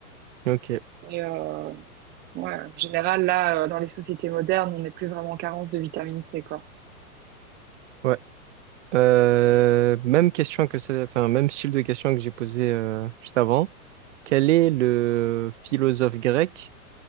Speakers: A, on the right; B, on the right.
A: Ok,
B: et, euh, ouais, en général, là, euh, dans les sociétés modernes, on n'est plus vraiment en carence de vitamine C, quoi.
A: ouais. Euh, même question que ça, enfin, même style de question que j'ai posé euh, juste avant. Quel est le philosophe grec